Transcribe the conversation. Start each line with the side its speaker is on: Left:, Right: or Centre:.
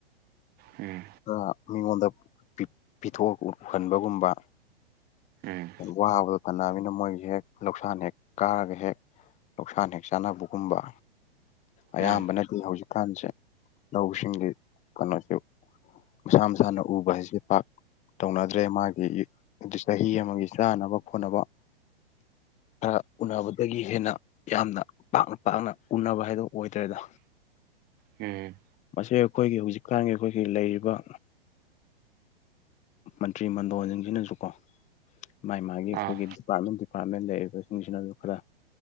Right: ꯎꯝ꯫
Left: ꯈꯔ ꯃꯤꯉꯣꯟꯗ ꯄꯤ ꯄꯤꯊꯣꯛ ꯎꯍꯟꯕꯒꯨꯝꯕ
Right: ꯎꯝ꯫
Left: ꯋꯥꯕꯗꯣ ꯇꯥꯟꯅꯝꯅꯤꯅ ꯃꯣꯏꯖꯦ ꯍꯦꯛ ꯂꯧꯁꯥꯟ ꯍꯦꯛ ꯀꯥꯔꯒ ꯍꯦꯛ ꯂꯧꯁꯥꯟ ꯍꯦꯛ ꯆꯥꯟꯅꯕꯒꯨꯝꯕ ꯑꯌꯥꯝꯕꯅꯗꯤ
Right: ꯎꯝ
Left: ꯍꯧꯖꯤꯛꯀꯥꯟꯁꯦ ꯂꯧꯁꯤꯡꯒꯤ ꯀꯩꯅꯣꯁꯨ ꯃꯁꯥ ꯃꯁꯥꯅ ꯎꯕ ꯍꯥꯏꯁꯦ ꯄꯥꯛ ꯇꯧꯅꯗ꯭ꯔꯦ ꯃꯥꯒꯤ ꯏ ꯗꯤꯁ ꯆꯍꯤ ꯑꯃꯒꯤ ꯆꯥꯅꯕ ꯈꯣꯠꯅꯕ ꯈꯔ ꯎꯅꯕꯗꯒꯤ ꯍꯦꯟꯅ ꯌꯥꯝꯅ ꯄꯥꯛꯅ ꯄꯥꯛꯅ ꯎꯅꯕ ꯍꯥꯏꯗꯣ ꯑꯣꯏꯗ꯭ꯔꯦꯗ
Right: ꯎꯝ
Left: ꯃꯁꯤ ꯑꯩꯈꯣꯏꯒꯤ ꯍꯧꯖꯤꯛꯀꯥꯟꯒꯤ ꯑꯩꯈꯣꯏꯒꯤ ꯂꯩꯔꯤꯕ ꯃꯟꯇ꯭ꯔꯤ ꯃꯟꯗꯣꯟꯖꯤꯡꯖꯤꯅꯖꯨ ꯀꯣ ꯃꯥꯥꯏ ꯃꯥꯒꯤ ꯑꯩꯈꯣꯏꯒꯤ
Right: ꯑꯥ
Left: ꯗꯤꯄꯥꯔꯠꯃꯦꯟ-ꯗꯤꯄꯥꯔꯠꯃꯦꯟ ꯂꯩꯔꯤꯕꯁꯤꯡꯁꯤꯅꯁꯨ ꯈꯔ